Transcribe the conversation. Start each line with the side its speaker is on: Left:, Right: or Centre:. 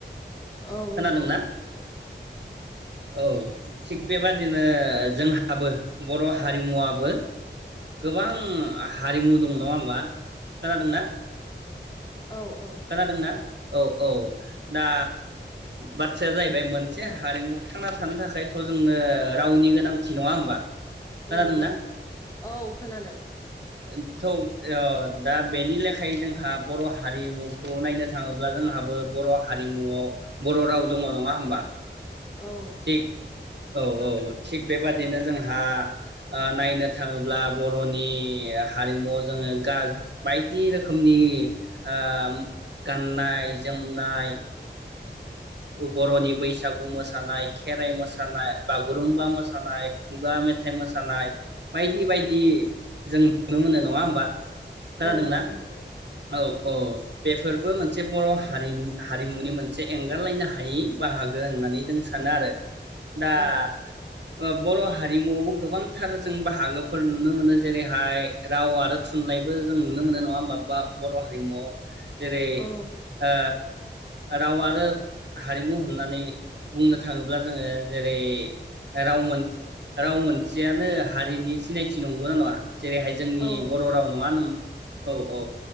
Left: औ
Right: खोनादोंना
Left: नंगौ।
Right: औ थिग बेबादिनो जोंहाबो बर' हारिमुवाबो गोबां हारिमु दङ नङा होमबा खोनादोंना?
Left: औ औ
Right: खोनादोंना? औ औ दा बाथ्राया जाहैबाय मोनसे हारिमु थांना थानो थाखाय थ' जोंनो ओ रावनि गोनांथि नङा होमबा? खोनादोंना
Left: नंगौ औ खोनादों।
Right: ओ थौ ओ दा बेनि लेखायै जोंहा बर' हारिमुखौ नायनो थाङोब्ला जोंहाबो बर' हारिमुआव बर' राव दङ नङा होमबा?
Left: औ
Right: थिग औ औ थिग बेबादिनो जोंहा ओ नायनो थाङोब्ला बर'नि हारिमुआव जोङो गाज बायदि रोखोमनि ओम गाननाय जोमनाय ओ बर'नि बैसागु मोसा मोसानाय खेराइ मोसा मोसानाय, बागुरुमबा मोसानाय, खुगा मेथाइ मोसानाय बायदि बायदि जों नुनो मोनो नङा होमबा? खोनादोंना
Left: औ नंगौ
Right: औ औ बेफोरबो मोनसे बर' हारिनि हारिमुनि मोनसे एंगारलायनो हायै बाहागो होननानै जों सानो आरो दा
Left: औ
Right: ओ बर' हारिमुआवबो गोबांथार जों बाहागोफोर नुनो मोनो जेरैहाय राव आरो थुनलाइबो जों नुनो मोनो नङा होमबा बर' हारिमुआव जेरै
Left: औ
Right: ओ राव आरो हारिमु होननानै बुंनो थाङोब्ला जोङो जेरै राव मोन राव मोनसेयानो हारिनि सिनायथि नंगौना नङा? जेरैहाय जोंनि
Left: औ
Right: बर' राव नङा होनोम औ औ